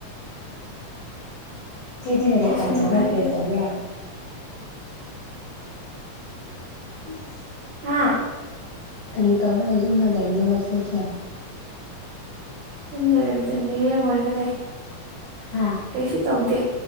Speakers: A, on the left; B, on the right.
A: ꯀꯦꯗꯤꯗꯔ
B: ꯑꯩꯁꯨ
A: ꯇꯝꯗꯕ꯭ꯔꯥ
B: ꯅꯨꯡꯉꯥꯏ
A: ꯀꯔꯤ
B: ꯌꯨꯝꯗ
A: ꯇꯕ꯭ꯔꯥ
B: ꯂꯩꯕ
A: <inaudible> ꯎꯝ
B: ꯍꯥ
A: ꯀꯔꯤ ꯇꯧꯔꯒ ꯌꯨꯝꯗ ꯂꯩꯕꯅꯣ ꯉꯁꯤꯁꯦ
B: ꯌꯨꯝꯗ ꯂꯩꯕꯁꯦ ꯃꯤꯔꯦꯝ ꯑꯣꯏꯔꯒ ꯂꯩ
A: ꯍꯥꯥ
B: ꯀꯩꯁꯨ ꯇꯧꯗꯦ